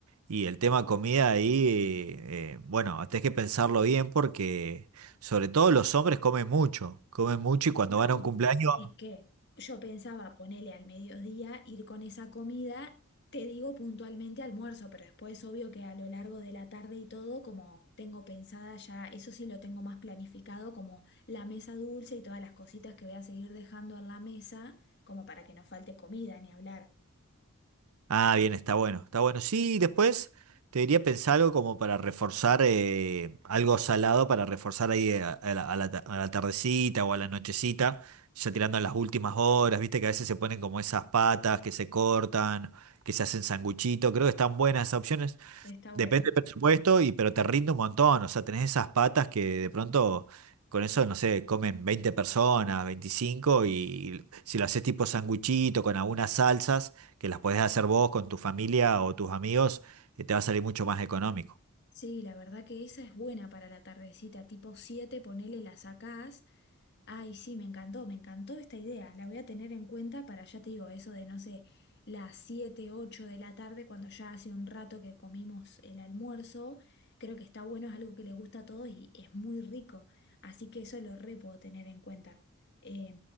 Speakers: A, on the right; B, on the left.
A: Y el tema comida ahí, eh, eh, bueno, tenés que pensarlo bien porque sobre todo los hombres comen mucho, comen mucho y cuando
B: No,
A: van a un cumpleaños...
B: es que yo pensaba ponerle al mediodía, ir con esa comida, te digo puntualmente almuerzo, pero después obvio que a lo largo de la tarde y todo, como tengo pensada ya, eso sí lo tengo más planificado, como la mesa dulce y todas las cositas que voy a seguir dejando en la mesa, como para que no falte comida ni hablar.
A: Ah, bien, está bueno, está bueno. Sí, y después te diría pensar algo como para reforzar, eh, algo salado para reforzar ahí a, a la, a la ta- a la tardecita o a la nochecita, ya tirando a las últimas horas, viste que a veces se ponen como esas patas que se cortan, que se hacen sanguchito, creo que están buenas esas opciones.
B: Está bueno.
A: Depende del presupuesto, y, pero te rinde un montón. O sea, tenés esas patas que de pronto con eso, no sé, comen 20 personas, 25 y si lo haces tipo sanguchito con algunas salsas, que las podés hacer vos con tu familia o tus amigos, eh, te va a salir mucho más económico.
B: Sí, la verdad que esa es buena para la tardecita, tipo siete. ponele la sacás. Ay, sí, me encantó, me encantó esta idea. La voy a tener en cuenta para, ya te digo, eso de, no sé, las 7 8 de la tarde, cuando ya hace un rato que comimos el almuerzo. Creo que está bueno, es algo que le gusta a todos y es muy rico. Así que eso lo re puedo tener en cuenta. Eh,